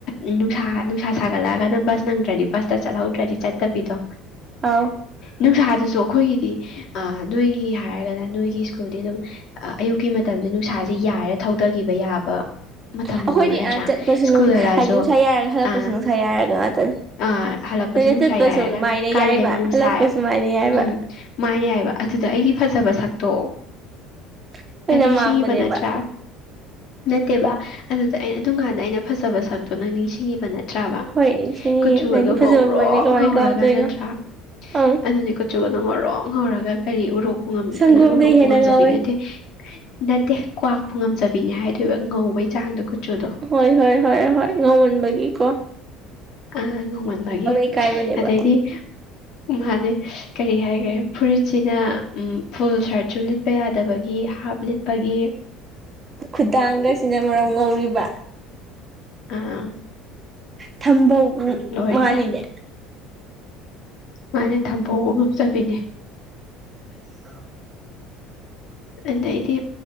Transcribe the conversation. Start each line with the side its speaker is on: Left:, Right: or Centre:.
Left: ꯎꯝ ꯅꯨꯡꯁꯥ ꯅꯨꯡꯁꯥ ꯁꯥꯒꯠꯂꯛꯑꯒꯅ ꯕꯁ ꯅꯪꯗ꯭ꯔꯗꯤ ꯕꯁꯇ ꯆꯠꯍꯧꯗ꯭ꯔꯗꯤ ꯆꯠꯄꯒꯤꯗꯣ
Right: ꯑꯥꯎ
Left: ꯅꯨꯡꯁꯥꯗꯨꯁꯨ ꯑꯩꯈꯣꯏꯒꯤꯗꯤ ꯑ ꯅꯣꯏꯒꯤ ꯍꯥꯏꯔꯒꯅ ꯅꯣꯏꯒꯤ ꯁ꯭ꯀꯨꯜꯗꯤ ꯑꯗꯨꯝ ꯑꯌꯨꯛꯀꯤ ꯃꯇꯝꯁꯗꯤ ꯅꯨꯡꯁꯥꯁꯦ ꯌꯥꯏꯔ ꯊꯧꯗꯈꯤꯕ ꯌꯥꯕ ꯃꯇꯝꯗꯅꯦꯕ
Right: ꯑꯩꯈꯣꯏꯗꯤ
Left: ꯅꯠꯇ꯭ꯔꯥ
Right: ꯑ ꯆꯠꯄꯁꯨ
Left: ꯁ꯭ꯀꯨꯜꯗꯂꯥꯛꯑꯁꯨ
Right: ꯍꯥꯏꯗꯤ ꯅꯨꯡꯁꯥ ꯌꯥꯏꯔꯒ ꯍꯜꯂꯛꯄꯁꯨ
Left: ꯑ
Right: ꯅꯨꯡꯁꯥ ꯌꯥꯏꯔꯒ ꯉꯥꯛꯇꯅꯤ
Left: ꯑ ꯍꯜꯂꯛꯄꯁꯨ
Right: ꯅꯣꯏꯅ
Left: ꯅꯨꯡꯁꯥ
Right: ꯆꯠꯄꯁꯨ
Left: ꯌꯥꯏꯔꯒ
Right: ꯃꯥꯏꯅ
Left: ꯀꯥꯂꯦꯟ
Right: ꯌꯥꯏꯕ
Left: ꯅꯨꯡꯁꯥ
Right: ꯍꯜꯂꯛꯄꯁꯨ ꯃꯥꯏꯅ ꯌꯥꯏꯕ
Left: ꯎꯝ ꯃꯥꯏꯅ ꯍꯥꯏꯕ ꯑꯗꯨꯗ ꯑꯩꯒꯤ ꯐꯖꯕ ꯁꯛꯇꯣ
Right: ꯑꯩꯈꯣꯏꯅ
Left: ꯅꯪ ꯅꯤꯡꯁꯤꯡꯉꯤꯕ
Right: ꯃꯥꯡꯕꯅꯦꯕ
Left: ꯅꯠꯇ꯭ꯔꯥ ꯅꯠꯇꯦꯕ ꯑꯗꯨꯗ ꯑꯩꯅ ꯑꯗꯨꯝ ꯀꯥꯟꯗ ꯑꯩꯅ ꯐꯖꯕ ꯁꯛꯇꯣ ꯅꯪ ꯅꯤꯡꯁꯤꯡꯉꯤꯕ ꯅꯠꯇꯦ ꯅꯠꯇ꯭ꯔꯕ
Right: ꯍꯣꯏ ꯅꯤꯡꯁꯤꯡꯉꯤꯌꯦ
Left: ꯀꯨꯆꯨꯒꯗꯣ
Right: ꯅꯪꯒꯤ ꯐꯖꯕꯕꯨ
Left: ꯉꯧꯔꯣ
Right: ꯑꯩꯅ ꯀꯃꯥꯏꯅ
Left: ꯉꯧꯔꯒ
Right: ꯀꯥꯎꯗꯣꯏꯅꯣ
Left: ꯅꯠꯇ꯭ꯔꯥ
Right: ꯑꯪ
Left: ꯑꯗꯨꯅꯤ ꯆꯨ ꯑꯗꯨ ꯉꯣꯔꯣꯛ ꯉꯧꯔꯒ ꯀꯔꯤ ꯎꯔꯣꯛꯄ
Right: ꯁꯪꯒꯣꯝꯗꯩ
Left: ꯎꯔꯣꯛꯄꯨ
Right: ꯍꯦꯟꯅ
Left: ꯉꯝꯖꯕꯤ
Right: ꯉꯧꯋꯦ
Left: ꯅꯠꯇꯦ ꯅꯠꯇꯦ ꯀ꯭ꯋꯥꯛꯄꯨ ꯉꯝꯖꯕꯤꯅꯦ ꯍꯥꯏꯗꯣꯏꯕ ꯉꯧꯕꯩ ꯆꯥꯡꯗꯣ ꯀꯨꯆꯨꯗꯣ
Right: ꯍꯣꯏ ꯍꯣꯏ ꯍꯣꯏ ꯍꯣꯏ ꯉꯣꯟꯕꯒꯤ ꯀꯣ
Left: ꯑ ꯉꯧꯃꯟꯕꯒꯤ
Right: ꯏꯀꯥꯏꯕꯅꯦꯕ
Left: ꯑꯗꯩꯗꯤ ꯃꯥꯅꯦ ꯀꯔꯤ ꯍꯥꯏꯈ꯭ꯔꯦ ꯐꯨꯔꯤꯠꯁꯤꯅ ꯎ ꯐꯨꯜ ꯁꯥꯔꯠꯁꯨ ꯂꯤꯠꯄ ꯌꯥꯗꯕꯒꯤ ꯍꯥꯞ ꯂꯤꯠ ꯄꯥꯒꯤ
Right: ꯈꯨꯗꯥꯥꯡꯒꯁꯤꯅ ꯃꯔꯝ ꯉꯧꯔꯤꯕ
Left: ꯑꯥ
Right: ꯊꯝꯕꯧꯕꯨ
Left: ꯂꯣꯏꯔꯦ
Right: ꯃꯥꯂꯤꯅꯦꯦ
Left: ꯃꯥꯅꯦ ꯊꯝꯕꯩꯒꯨ ꯉꯝꯖꯕꯤꯅꯦ
Right: ꯑ
Left: ꯑꯗꯩꯗꯤ